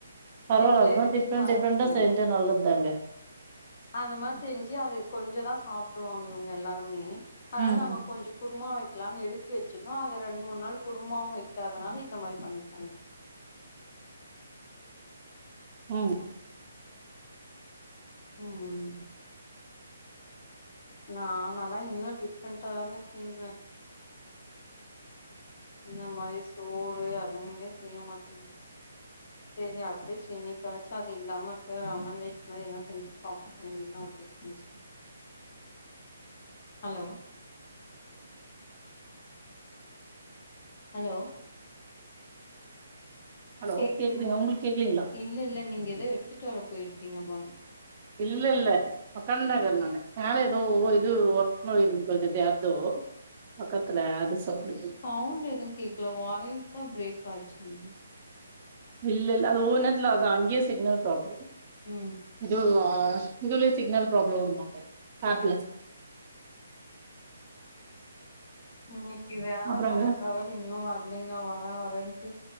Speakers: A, on the right; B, on the left.
A: பரவால்ல
B: சிம்லே
A: அது மார்
B: வச்சு
A: டிஃப்ரெண்ட்
B: வறுப்போ
A: டிஃப்ரெண்ட்டா செஞ்சா நல்லதாங்க
B: அந்த மார் செஞ்சு அது கொஞ்ச தா சாப்டுவாங்க இவுங்க எல்லாருமே ஆனால
A: ம்
B: நாங்க கொஞ்சொ குருமா வெக்லான் எடுத்து வச்சிருந்தோ அத ரெண்டு மூண் நாள் கு ருமாவு வெக்காதனால இந்த மாரி பண்ணிட்டாங்க
A: ம்
B: ம் நா நல்லா இன்னு டிஃப்ரெண்ட்டா தாங்க செய்வே இந்த மாரி சோறு அதுங்ளே செய்ய மாட்டங்கங்க செரி அட்லீஸ்ட் இன்னைக்காச்சு அது இல்லாம இருக்க லெமன் ரைஸ் மாரி எதுனா செஞ்சு சாப்புனு கொஞ் நேரோ கழிச் கழுச்சி ஹலோ ஹலோ
A: ஹலோ
B: கேக்குதுங்ளா
A: கேக்குதுங்க உங்களுக்கு கேக்கலீங்களா
B: இல்ல இல்ல நீங்க எதோ எடுத்துட்டு வர போயிருக்கீங்க போல
A: இல்லெல்ல ஒக்கான் தாகிர்ந்தாங்க நானு எதோ இது ஒர்க் <unintelligible> சொல்ட்டு <unintelligible> பக்கத்துல அது சவுண்டு
B: சவுண்டு எதுவு கேக்கல வாய்ஸ் தா ப்ரேக் ஆச்சு
A: இல்ல இல்ல அது ஒவ்வொரு நேரத்துல அது அங்கே சிக்னல் ப்ராப்ளம்
B: ம்
A: இது ஆ இதுள்ளே சிக்னல் ப்ரோப்ளோ வருமா ஆப்ல
B: இன்னைக்கி வேலக்கார
A: அப்புறங்க
B: அக்கா வேற இன்னு வர்லைங்க வர வரனுட்டு